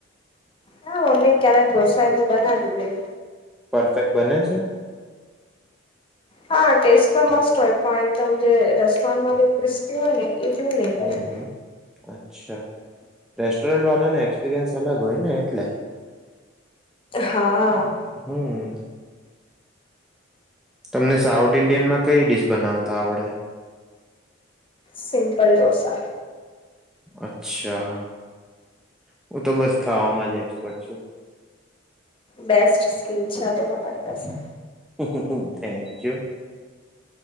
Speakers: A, on the left; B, in the centre.
A: હા મમ્મી ક્યારેક ઢોસા એબું બનાવી લે.
B: પરફેક્ટ બને. જ <unintelligible>
A: હા ટેસ્ટ પણ મસ્ત હોય પણ એકદમ જે રેસ્ટોરન્ટમાં જેવું ક્રિસ્પી હોય ને. એજું નહી બને.
B: હમ હમ અચ્છા રેસ્ટોરન્ટ વાળાને એક્સપિરિયન્સ અલગ હોય ને એટલે.
A: હા
B: હમ. તમને સાઉથ ઈન્ડિયનમાં કઈ િશ બનાવતા આવડે.
A: સિમપલ ડોસા.
B: અચ્છા હું તો બસ ખાવામાં જ એક્સપર્ટ છું.
A: બેસ્ટ સ્કીન છે આ તો તમારી પાસે.
B: હ થેન્ક યુ.